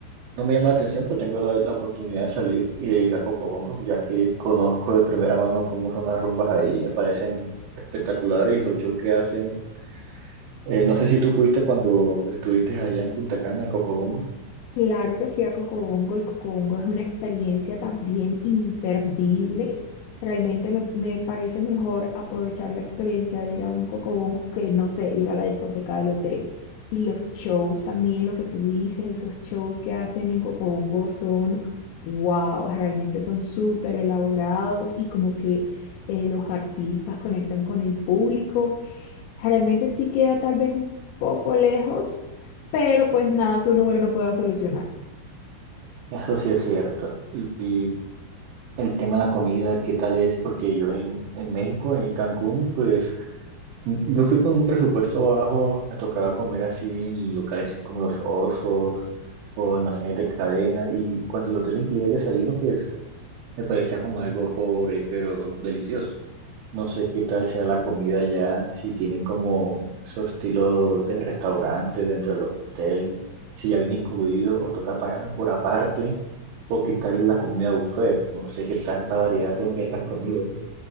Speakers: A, on the right (about 75°); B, on the left (about 85°).
A: No me llama la atención, pero tengo la, la oportunidad de salir y de ir a Cocobongo, ya que conozco de primera mano cómo son las rumbas ahí, me parecen espectaculares y los shows que hacen. Eh, no sé si tú fuiste cuando estuviste allá en Punta Cana, en Cocobongo.
B: Claro que fui a Cocobongo y Cocobongo es una experiencia también imperdible. Realmente me, me parece mejor aprovechar la experiencia de ir a un Cocobongo que, no sé, ir a la discoteca del hotel. Y los shows también, lo que tú dices, esos shows que hacen en Cocobongo son, wow, realmente son súper elaborados y como que eh, los artistas conectan con el público. Realmente sí queda tal vez un poco lejos, pero pues nada que un Uber no pueda solucionar.
A: Eso sí es cierto. Y, y el tema de la comida, ¿qué tal es? Porque yo en, en México, en Cancún, pues yo fui con un presupuesto bajo, me tocaba comer así en locales como los osos o almacenes de cadena y cuando el hotel incluía el desayuno, pues Me parecía como algo pobre, pero delicioso. No sé qué tal sea la comida ya, si tienen como esos estilos de restaurante dentro del hotel, si ya viene incluido o toca pagarlo por aparte, o quitar la comida buffet. No sé qué tanta variedad tenga estas comidas.